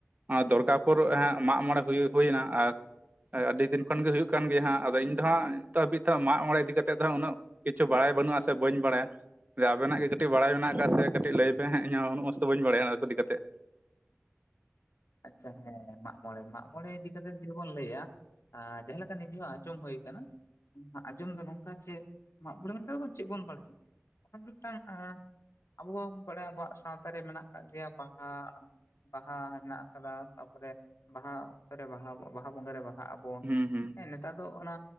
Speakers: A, on the right; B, on the left.
A: ᱚ ᱫᱚᱨᱜᱟᱯᱩᱨ ᱢᱟᱜᱢᱚᱬᱮ ᱦᱩᱭ ᱦᱩᱭᱱᱟ ᱟᱨ ᱟᱹᱰᱤ ᱫᱤᱱᱼᱼ ᱠᱷᱚᱱ ᱜᱮ ᱦᱩᱭᱩᱜ ᱠᱟᱱ ᱜᱮᱭᱟ ᱦᱟᱸᱜ ᱟᱫᱚ ᱤᱧᱼᱼ ᱱᱤᱛ ᱫᱚ ᱦᱟᱸᱜ ᱱᱤᱛᱚᱜ ᱦᱟᱵᱤᱡ ᱛᱮ ᱢᱟᱜ-ᱢᱚᱬᱮ ᱤᱫᱤ ᱠᱟᱛᱮᱜ ᱫᱚ ᱦᱟᱜ ᱩᱱᱟᱹᱜ ᱠᱤᱪᱷᱩ ᱵᱟᱲᱟᱭ ᱵᱟᱹᱱᱩᱜ-ᱟ ᱥᱮ ᱵᱟᱹᱧ ᱵᱟᱲᱟᱭᱟ᱾ ᱟᱵᱮ ᱱᱟᱜ ᱜᱮ ᱠᱟᱹᱴᱤᱡ ᱵᱟᱲᱟᱭ ᱢᱮᱱᱟᱜ ᱠᱟᱜ ᱥᱮ ᱠᱟᱹᱴᱤᱡ ᱞᱟᱹᱭ ᱯᱮ ᱤᱧ ᱦᱚ ᱩᱱᱟᱹᱜ ᱢᱚᱡ ᱛᱮ ᱵᱟᱹᱧ ᱵᱟᱲᱟᱭᱟ ᱚᱱᱟ ᱠᱚ ᱤᱫᱤ ᱠᱟᱛᱮᱜᱼᱼ
B: ᱟᱪᱪᱷᱟ ᱦᱮᱸ ᱢᱟᱜ ᱢᱚᱬᱮ ᱢᱟᱜ ᱢᱚᱬᱮ ᱤᱫᱤ ᱠᱟᱛᱮ ᱡᱩᱫᱤ ᱵᱚᱱ ᱞᱟᱹᱭᱟ ᱡᱟᱦᱟᱸ ᱞᱮᱠᱟ ᱱᱤᱡᱮ ᱦᱚᱸ ᱟᱸᱡᱚᱢ ᱦᱩᱭ ᱟᱠᱟᱱᱟ ᱟᱸᱡᱚᱢ ᱫᱚ ᱱᱚᱝᱠᱟ ᱡᱮ ᱢᱟᱜ ᱵᱚᱬᱮ ᱢᱮᱱᱛᱮᱫ ᱪᱮᱫ ᱵᱚᱱ ᱵᱟᱲᱟᱭᱟ ᱚᱱᱟ ᱢᱤᱫ ᱴᱟᱱ ᱟᱵᱚ ᱵᱟᱲᱟᱭᱟ ᱟᱵᱚᱣᱟᱜ ᱥᱟᱶᱛᱟ ᱨᱮ ᱢᱮᱱᱟᱜ ᱟᱠᱟᱫ ᱜᱮ ᱭᱟ ᱵᱟᱦᱟ ᱵᱟᱦᱟ ᱦᱮᱱᱟᱜ ᱛᱟᱯᱚ ᱨᱮ ᱵᱟᱦᱟ ᱚᱠᱛᱚ ᱨᱮ ᱵᱟᱦᱟ ᱵᱟᱦᱟ ᱵᱚᱸᱜᱟ ᱨᱮ ᱵᱟᱦᱟᱜ ᱟᱵᱚᱱ
A: ᱦᱩᱸ ᱦᱩᱸ
B: ᱦᱮ ᱱᱮᱛᱟᱨ ᱫᱚ ᱚᱱᱟ